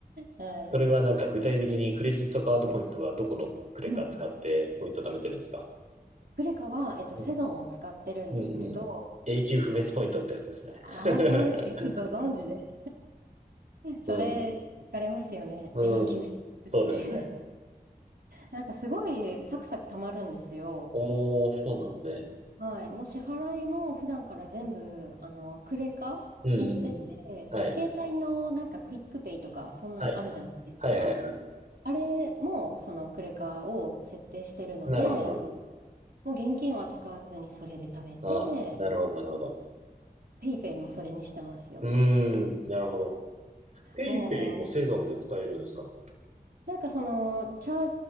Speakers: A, on the right; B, on the right.
A: はい。
B: それはなんか具体的にクレジットカードポイントはどこのクレカ使ってポイント貯めてるんですか
A: うん。クレカは、えっと、
B: うん
A: セゾンを使ってるんですけど、
B: うんうん。永久不滅ポイントってやつですね。
A: ああ、
B: <laughs>
A: そうです。よくご存知で。それ、
B: うん。
A: 聞かれますよね。
B: うん。
A: 永久って。
B: そうですね。
A: なんかすごいサクサク貯まるんですよ。
B: おー、そうなんですね。
A: はい。もう支払いも普段から全部、あの、クレカにしてて、
B: うんうんうん。はい。
A: 携帯のなんかクイックペイとか、そんなんあるじゃないですか。
B: はい。はいはい。
A: あれも、そのクレカを設定してるので、
B: なるほど、なるほ
A: もう現金は使わずにそれで貯めて、
B: ど。あ、なるほど、なるほど。
A: ペイペイもそれにしてますよ。
B: うーん、なるほど。ペイペイもセゾンで使えるんですか
A: もう、なんかその、チャー